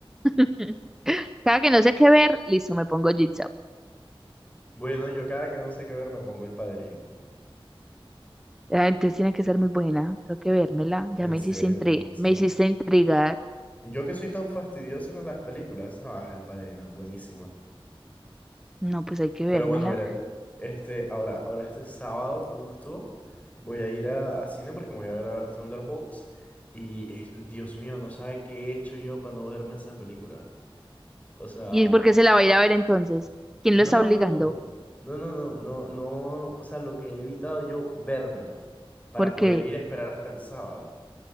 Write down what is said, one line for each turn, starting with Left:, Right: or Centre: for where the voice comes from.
Centre: <laughs> Cada que no sé qué ver, listo, me pongo Jigsaw.
Left: Bueno, yo cada que no sé qué ver me pongo El Padrino.
Centre: Ah, Entonces tiene que ser muy buena. Tengo que vérmela. Ya
Left: En
Centre: me
Left: serio,
Centre: hiciste intri-
Left: buenísima.
Centre: me hiciste intrigar.
Left: Yo que soy tan fastidioso con las películas, ah, El Padrino es buenísima.
Centre: No, pues hay que vérmela.
Left: Pero bueno, mire, este, ahora, ahora este sábado justo voy a ir a, a cine porque me voy a ver a ver Thunderbolts y eh, Dios mío, no sabe qué he hecho yo para no verme esa película. O sea,
Centre: ¿Y por qué se la va a ir a ver entonces? ¿Quién
Left: no,
Centre: lo está
Left: no,
Centre: obligando?
Left: no, no. No, no, no, no, no, o sea, lo que he evitado yo, vérmela para
Centre: Porque...
Left: poder ir a esperar hasta el sábado.